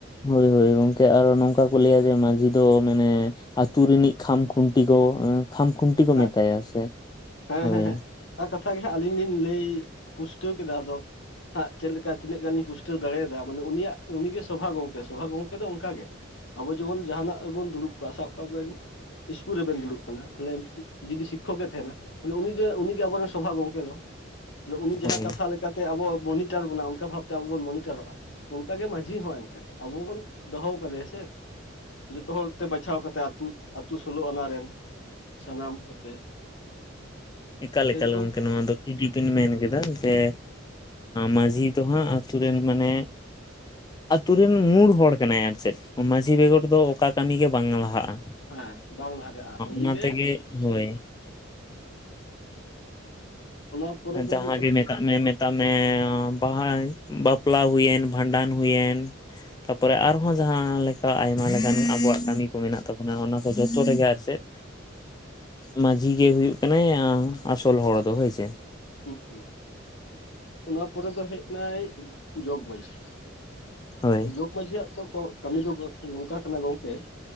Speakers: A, on the left; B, on the left.
A: ᱦᱳᱭ ᱦᱳᱭ ᱜᱚᱝᱠᱮ ᱟᱨᱚ ᱱᱚᱝᱠᱟ ᱠᱚ ᱞᱟᱹᱭᱟ ᱡᱮ ᱢᱟᱺᱡᱷᱤ ᱫᱚ ᱢᱟᱱᱮ ᱟᱹᱛᱩ ᱨᱤᱱᱤᱡ ᱠᱷᱟᱢ ᱠᱷᱩᱱᱴᱤ ᱠᱚ ᱠᱷᱟᱢᱠᱷᱩᱱᱴᱤ ᱠᱚ
B: ᱦᱮᱸ
A: ᱢᱮᱛᱟᱭᱟ ᱥᱮ
B: ᱦᱮᱸ
A: ᱦᱳᱭ
B: ᱦᱮᱸ ᱚᱱᱟ ᱠᱟᱛᱷᱟ ᱜᱮ ᱦᱟᱸᱜ ᱟᱹᱞᱤᱧ ᱞᱤᱧ ᱞᱟᱹᱭ ᱯᱩᱥᱴᱟᱹᱣ ᱠᱮᱫᱟ ᱟᱫᱚ ᱦᱟᱸᱜ ᱪᱮᱫ ᱞᱮᱠᱟ ᱛᱤᱱᱟᱹᱜ ᱜᱟᱱᱤᱧ ᱯᱩᱴᱟᱹᱣ ᱫᱟᱲᱮᱭᱟᱫᱟ ᱢᱟᱱᱮ ᱩᱱᱤᱭᱟᱜ ᱩᱱᱤᱜᱮ ᱥᱚᱵᱷᱟ ᱜᱚᱝᱠᱮ ᱥᱚᱵᱷᱟ ᱜᱚᱝᱠᱮ ᱫᱚ ᱚᱱᱠᱟ ᱜᱮ ᱟᱵᱚ ᱡᱮᱢᱚᱱ ᱡᱟᱦᱟᱱᱟᱜ ᱨᱮᱵᱚᱱ ᱫᱩᱲᱩᱵ ᱠᱚᱜᱼᱟ ᱥᱟᱵ ᱠᱟᱜ ᱵᱮᱱ ᱤᱥᱠᱩᱞ ᱨᱮᱵᱮᱱ ᱫᱩᱲᱩᱵ ᱠᱟᱱᱟ ᱛᱟᱦᱚᱞᱮ ᱡᱩᱫᱤ ᱥᱤᱠᱠᱷᱚᱠ ᱮ ᱛᱟᱦᱮᱱᱟ ᱛᱟᱦᱮ ᱩᱱᱤ ᱩᱱᱤᱜᱮ ᱟᱵᱚᱨᱮᱱ ᱥᱚᱵᱷᱟ ᱜᱚᱝᱠᱮ ᱫᱚ ᱛᱟᱦᱮ ᱩᱱᱤ ᱡᱟᱦᱟᱸ
A: ᱦᱳᱭ
B: ᱠᱟᱛᱷᱟ ᱞᱮᱠᱟ <unintelligible> ᱠᱟᱛᱮ ᱟᱵᱚ ᱢᱚᱱᱤᱴᱟᱨ ᱵᱚᱱᱼᱟ ᱚᱱᱠᱟ ᱵᱷᱟᱵᱛᱮ ᱟᱵᱚ ᱵᱚᱱ ᱢᱚᱱᱤᱴᱟᱨᱚᱜᱼᱟ ᱚᱱᱠᱟ ᱜᱮ ᱢᱟᱹᱡᱷᱤ ᱦᱚᱹᱭ ᱟᱵᱚ ᱵᱚᱱ ᱫᱚᱦᱚ ᱟᱠᱟᱫᱮᱭᱟ ᱥᱮ ᱡᱚᱛᱚ ᱦᱚᱲ ᱛᱮ ᱵᱟᱪᱷᱟᱣ ᱠᱟᱛᱮᱫ ᱟᱹᱛᱩ ᱟᱛᱩ ᱥᱳᱞᱳ ᱟᱱᱟ ᱨᱮᱱ ᱥᱟᱱᱟᱢ ᱠᱚᱛᱮ
A: ᱮᱠᱟᱞ
B: ᱮᱨᱚᱠᱚᱢ
A: ᱮᱠᱟᱞ ᱜᱚᱝᱠᱮ ᱱᱚᱣᱟ ᱫᱚ ᱦᱤᱡᱤᱵᱤᱱ ᱢᱮᱱ ᱠᱮᱫᱟ ᱡᱮ ᱢᱟᱺᱡᱷᱤ ᱫᱚ ᱦᱟᱸᱜ ᱟᱛᱳ ᱨᱮᱱ ᱢᱟᱱᱮ ᱟᱹᱛᱩ ᱨᱮᱱ ᱢᱩᱲ ᱦᱚᱲ ᱠᱟᱱᱟᱭ ᱟᱨ ᱪᱮᱫ ᱢᱟᱺᱡᱷᱤ ᱵᱮᱜᱚᱨ ᱫᱚ ᱚᱠᱟ ᱠᱟᱹᱢᱤ ᱜᱮ ᱵᱟᱝ ᱞᱟᱦᱟᱜᱼᱟ
B: ᱦᱮᱸ ᱵᱟᱝ ᱞᱟᱜᱟᱜᱼᱟ ᱩᱱᱤᱜᱮ
A: ᱚᱱᱟ ᱛᱮᱜᱮ ᱦᱳᱭ
B: ᱚᱱᱟ ᱯᱚᱨᱮ ᱫᱚ
A: ᱡᱟᱦᱟᱸ
B: ᱦᱩᱭᱩᱜ ᱠᱟᱱᱟ
A: ᱜᱮ ᱢᱮᱛᱟᱜ
B: ᱡᱚᱛᱚ
A: ᱢᱮ ᱛᱟᱢᱮ ᱵᱟᱦᱟ ᱵᱟᱯᱞᱟ ᱦᱩᱭᱮᱱ ᱵᱷᱟᱸᱰᱟᱱ ᱦᱩᱭ ᱮᱱ ᱛᱟᱨᱯᱚᱨᱮ ᱟᱨᱦᱚᱸ ᱡᱟᱦᱟᱸ ᱞᱮᱠᱟ ᱟᱭᱢᱟ ᱞᱮᱠᱟᱱ ᱟᱵᱚᱣᱟᱜ ᱠᱟᱹᱢᱤ ᱠᱚ ᱢᱮᱱᱟᱜ ᱛᱟᱵᱚᱱᱟ ᱚᱱᱟ ᱠᱚ ᱡᱚᱛᱚ ᱨᱮᱜᱮ ᱟᱨ ᱪᱮᱫ ᱢᱟᱺᱡᱷᱤ ᱜᱮ ᱦᱩᱭᱩᱜ ᱠᱟᱱᱟ ᱟᱥᱚᱞ ᱦᱚᱲ ᱫᱚ ᱦᱳᱭ ᱥᱮ
B: ᱦᱸ ᱚᱱᱟ ᱯᱚᱨᱮ ᱫᱚ ᱦᱮᱡ ᱱᱟᱭ ᱡᱚᱜᱽ ᱢᱟᱺᱡᱷᱤ
A: ᱦᱳᱭ
B: ᱡᱚᱜᱽ ᱢᱟᱺᱡᱷᱤᱭᱟᱜ ᱛᱚ ᱠᱟᱹᱢᱤ ᱫᱚ ᱱᱚᱝᱠᱟ ᱠᱟᱱᱟ ᱜᱚᱢᱠᱮ